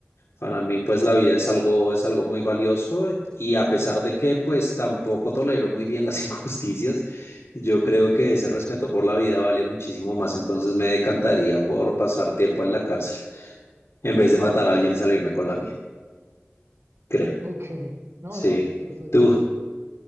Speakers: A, on the left (about 85°); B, on the right (about 80°).
A: Para mí, pues la vida es algo, es algo muy valioso y a pesar de que pues tampoco tolero muy bien las <laughs> injusticias, yo creo que ese respeto por la vida vale muchísimo más, entonces me decantaría por pasar tiempo en la cárcel en vez de matar a alguien y salirme con la mía, creo.
B: Ok, no,
A: Sí.
B: no, perfecto.
A: Tú,